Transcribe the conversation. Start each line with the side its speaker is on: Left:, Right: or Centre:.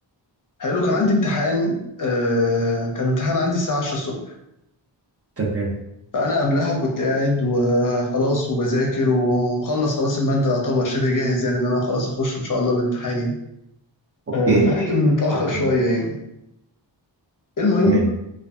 Left: حلو كان عندي امتحان آه كان امتحان عندي الساعه 10 الصبح
Right: تمام
Left: فانا قبلها كنت قاعد وخلاص وبذاكر ومخلص خلاص الماده يعتبر شبه جاهز يعني ان انا خلاص اخش ان شاء الله الامتحان يعني.
Right: اوكي
Left: آه فنمت متاخر شويه
Right: تمام
Left: يعني المهم
Right: تمام